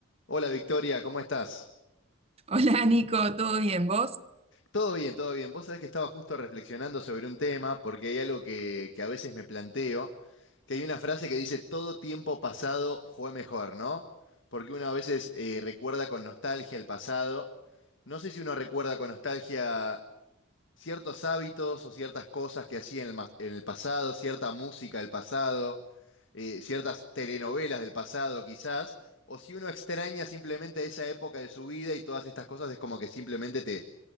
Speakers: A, on the left; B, on the right.
A: Hola Victoria, ¿cómo estás?
B: Hola Nico, ¿todo bien? ¿Vos?
A: Todo bien, todo bien. Vos sabés que estaba justo reflexionando sobre un tema, porque hay algo que, que a veces me planteo, que hay una frase que dice, todo tiempo pasado fue mejor, ¿no? Porque uno a veces eh, recuerda con nostalgia el pasado. No sé si uno recuerda con nostalgia ciertos hábitos o ciertas cosas que hacía en el, mas- en el pasado, cierta música del pasado. eh, ciertas telenovelas del pasado quizás, o si uno extraña simplemente esa época de su vida y todas estas cosas es como que simplemente te,